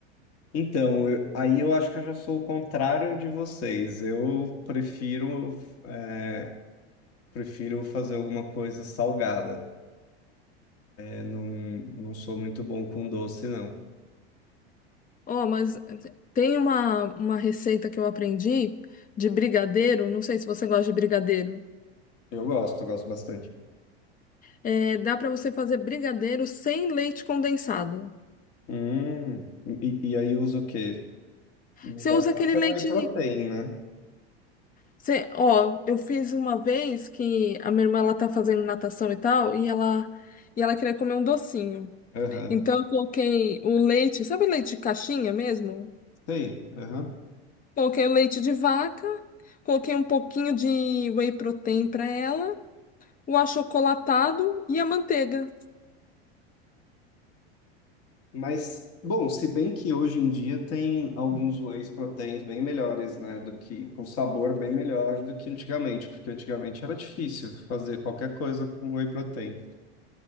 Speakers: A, on the left; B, on the left.
A: Então, eu- aí eu acho que eu já sou o contrário de vocês. Eu prefiro, é, prefiro fazer alguma coisa salgada. Eu não, não sou muito bom com doce, não.
B: Ó, mas tem uma, uma receita que eu aprendi de brigadeiro, não sei se você gosta de brigadeiro.
A: Eu gosto, gosto bastante.
B: É, dá pra você fazer brigadeiro sem leite condensado.
A: Hum, e, e aí uso o quê? Não
B: Você
A: vai
B: usa
A: falar
B: aquele
A: com
B: leite.
A: whey protein, né?
B: Você, ó, eu fiz uma vez que a minha irmã ela tá fazendo natação e tal, e ela, e ela queria comer um docinho.
A: Aham.
B: Então, eu coloquei o leite, sabe leite de caixinha mesmo?
A: Sei, aham.
B: Coloquei o leite de vaca, coloquei um pouquinho de whey protein para ela, o achocolatado e a manteiga.
A: Mas, bom, se bem que hoje em dia tem alguns whey proteins bem melhores, né? Do que, com sabor bem melhor do que antigamente, porque antigamente era difícil fazer qualquer coisa com whey protein.